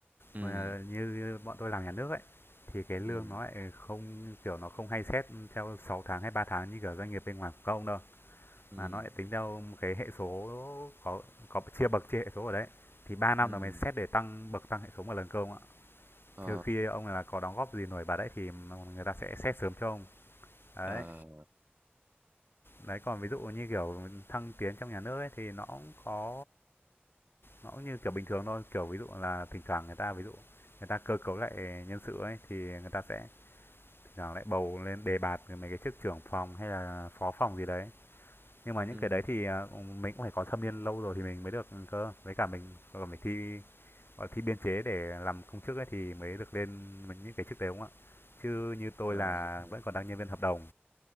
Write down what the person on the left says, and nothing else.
Ờ, như, như bọn tôi làm nhà nước ấy thì cái lương
nó lại không kiểu nó không hay xét theo 6 tháng hay 3 tháng như kiểu doanh nghiệp bên ngoài của công đâu.
mà nó lại tính theo một cái hệ số có có chia bậc chia hệ số ở đấy thì 3 năm
là mình xét để tăng bậc tăng hệ số một lần cơ ông ạ
trừ khi ông là có đóng góp gì nổi bật đấy thì người ta sẽ xét sớm cho ông đấy
đấy còn ví dụ như kiểu thăng tiến trong nhà nước ấy thì nó cũng có nó cũng như kiểu bình thường thôi kiểu ví dụ là thỉnh thoảng người ta ví dụ người ta cơ cấu lại nhân sự ấy thì người ta sẽ thỉnh thoảng lại bầu lên đề bạt mấy cái chức trưởng phòng hay là phó phòng gì đấy Nhưng mà những
cái đấy thì, à, mình cũng phải có thâm niên lâu rồi thì mình mới được cơ. Với cả mình còn phải thi, gọi thi biên chế để làm công chức ấy thì mới được lên mấy những cái chức đấy, đúng không ạ? Chứ như tôi
là
vẫn còn đang nhân viên hợp đồng,